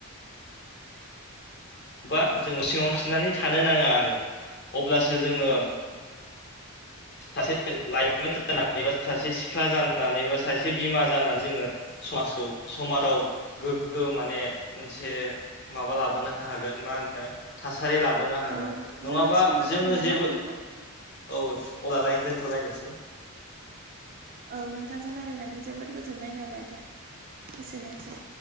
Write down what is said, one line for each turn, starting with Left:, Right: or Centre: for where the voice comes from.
Left: बबा जोङो सिङाव सिनानै थानो नाङा आरो अब्लासो जोङो।
Right: औ
Left: सासे लाइमोन जानानै बा सासे सिख्ला जानानै बा सासे बिमा जानानै जोङो। समाजखौ समाजाव गोग्गो माने मोनसे माबा लाबोनो हागोन मा होन थासारि लाबोनो हागोन
Right: औ
Left: नङाबा
Right: जोंना समा
Left: जोङो
Right: जाबाय नामा
Left: जेबो
Right: नोंथां औ
Left: औ अब्लालाय दोनथ'लायनोसै
Right: औ नोंथांजों राय्लायनानै जोबोद गोजोननाय थाबाय दे एसेनोसै